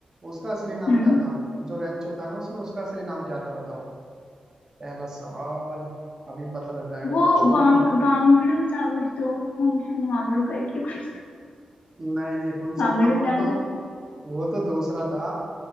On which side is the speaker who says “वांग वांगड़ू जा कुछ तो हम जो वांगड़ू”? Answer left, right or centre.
Left